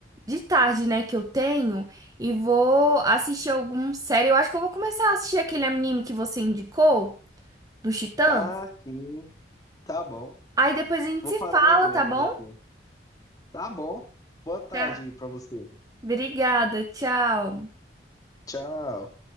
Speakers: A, on the right; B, on the left.
A: de tarde, né, que eu tenho e vou assistir algum série. Eu acho que eu vou começar a assistir aquele anime que você indicou, do Titãs.
B: Ah, sim. Tá bom.
A: Aí depois a gente
B: Vou
A: se
B: fazer
A: fala,
B: o mesmo
A: tá bom?
B: aqui. Tá bom. Boa tarde
A: Tá.
B: pra você.
A: Obrigada, tchau.
B: Tchau.